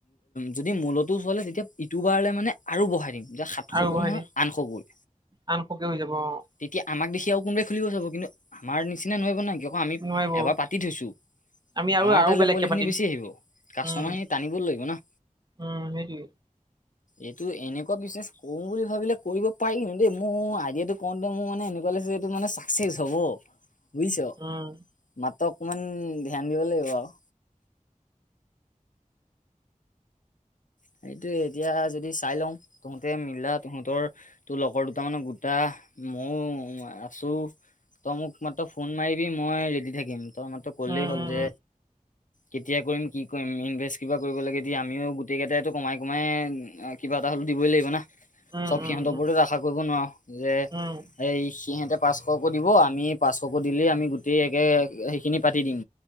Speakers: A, on the left; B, on the right.
A: যদি মূলতো চলে তেতিয়া ইটো বাৰলৈ মানে আৰু বঢ়াই দিম। তেতিয়া সাতশকৈ
B: আৰু বঢ়াই
A: নহয়
B: দি
A: আনশকৈ।
B: আনশকে হৈ যাব অ',
A: তেতিয়া আমাক দেখি আৰু কোনোবাই খুলিব চাব কিন্তু আমাৰ নিচিনা নোৱাৰিব ন কি আকৌ আমি
B: নোৱাৰিব
A: এবাৰ পাতি থৈছোঁ।
B: আমি আৰু
A: আমাৰ
B: আৰু
A: তালৈ
B: বেলেগকে
A: পোৱলিখিনি
B: পাতিম
A: বেছি আহিব কাষ্টমাৰ
B: উম।
A: খিনি টানিবও লাগিব না।
B: উম সেইটোৱেই
A: এইটো এনেকুৱা বিজনেচ কৰোঁ বুলি ভাবিলে- কৰিব পাৰি কিন্তু দেই মোৰ আইডিয়াটো কওঁতে মোৰ মানে এনেকুৱা লাগিছে এইটো মানে চাকচেছ হ'ব। বুইছ।
B: উম।
A: মাত্ৰ অকমান ধ্যান দিব লাগিব আও। সেইটোৱে এতিয়া যদি চাই লওঁ তহঁতে মিলা তহঁতৰ তোৰ লগৰ দুটা মানক গোটা? মইও আছোঁ। তই মোক মাত্ৰ ফোন মাৰিবি? মই ৰেডি থাকিম। তই মাত্ৰ, ক'লেই
B: উম,
A: হ'ল
B: উম,
A: যে, কেতিয়া কৰিম, কি কৰিম? ইনভেষ্ট কিবা, কৰিব লাগে, দি আমিও গতিকে, এইটো কমাই-কমাই, কিবা এটা হ'লেও দিবই লাগিব না?
B: উম। উম,
A: চব
B: উম,
A: সিহঁত উপৰতে
B: উম,
A: আখা কৰিব নোৱাৰ যে।
B: উম,
A: এই সিহঁতে পাঁচশকো দিব আমি পাঁচশকো দিলে আমি গোটেই একে সেইখিনি পাতি দিম।